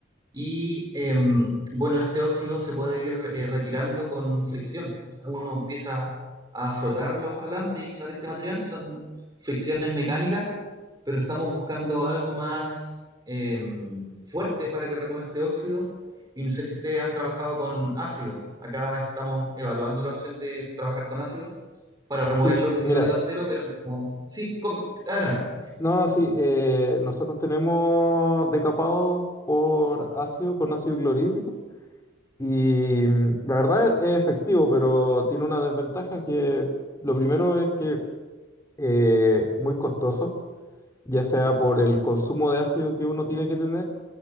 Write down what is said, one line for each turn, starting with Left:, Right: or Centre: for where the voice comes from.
Right: Y em, bueno, este óxido se puede ir eh, retirando con fricción. O sea, uno empieza a frotar los alambres y sale este material. Son fricciones mecánicas, pero estamos buscando algo más em, fuerte para que remueva este óxido. Y no sé si ustedes han trabajado con ácido. Acá estamos evaluando la opción de trabajar con ácido para remover
Left: Sí,
Right: el óxido
Left: mira,
Right: del acero, pero no- sí, come- adelante.
Left: no, sí, eh, nosotros tenemos decapados por ácido, con ácido clorhídrico. Y mm, la verdad es efectivo, pero tiene una desventaja que lo primero es que eh, muy costoso, ya sea por el consumo de ácido que uno tiene que tener